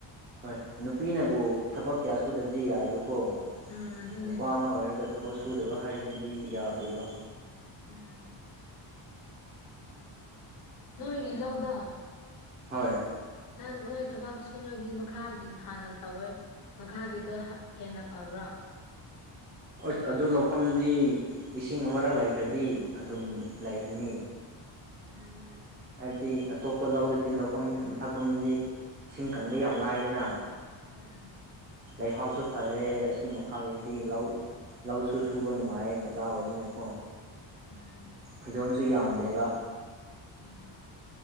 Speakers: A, on the right; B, on the left.
A: ꯍꯣꯏ ꯅꯨꯄꯤꯅꯕꯨ ꯊꯕꯛ ꯀꯌꯥ ꯁꯨꯗꯕꯗꯤ ꯌꯥꯏꯑꯕ ꯀꯣ
B: ꯎꯝ ꯑꯗꯨꯅꯦ
A: ꯅꯨꯄꯥ ꯑꯃ ꯑꯣꯏꯔꯒ ꯊꯕꯛ ꯁꯨꯗꯕ ꯍꯥꯏꯕꯁꯤꯗꯤ ꯌꯥꯗꯦꯕ
B: ꯎꯝ ꯅꯣꯏ ꯂꯥꯎꯗ
A: ꯍꯣꯏ
B: ꯅ ꯅꯣꯏ ꯊꯕꯛ ꯁꯣꯂꯗꯤ ꯃꯈꯥꯒꯤ ꯍꯥꯟꯅ ꯇꯧꯋꯦ ꯃꯈꯥꯒꯤꯗꯣ ꯍꯦꯟꯅ ꯐꯕ꯭ꯔꯥ <unintelligible>
A: ꯑꯁ ꯑꯗꯨ ꯂꯧꯐꯝꯗꯨꯗꯤ ꯏꯁꯤꯡ ꯑꯃꯔꯛ ꯂꯩꯈ꯭ꯔꯗꯤ ꯑꯗꯨꯝ ꯂꯩꯈꯅꯤ
B: ꯎꯝ
A: ꯍꯥꯏꯕꯗꯤ ꯑꯇꯣꯞꯄ ꯂꯧꯗꯗꯤ ꯂꯧꯐꯝ ꯃꯊꯛꯐꯝꯗꯤ ꯏꯁꯤꯡ ꯀꯪꯕ ꯌꯥꯝ ꯂꯥꯏꯗꯅ
B: ꯎꯝ
A: ꯂꯩꯍꯥꯎꯁꯨ ꯐꯔꯦ ꯑꯁꯤ ꯃꯈꯥꯒꯤꯗꯤ ꯂꯧ ꯂꯧꯁꯨ ꯁꯨꯕ ꯅꯨꯡꯉꯥꯏꯌꯦ ꯃꯆꯥ ꯑꯣꯏꯕꯅꯤꯅꯀꯣ
B: ꯎꯝ
A: ꯐꯩꯗꯣꯝꯁꯨ ꯌꯥꯝꯗꯦꯕ
B: ꯎꯝ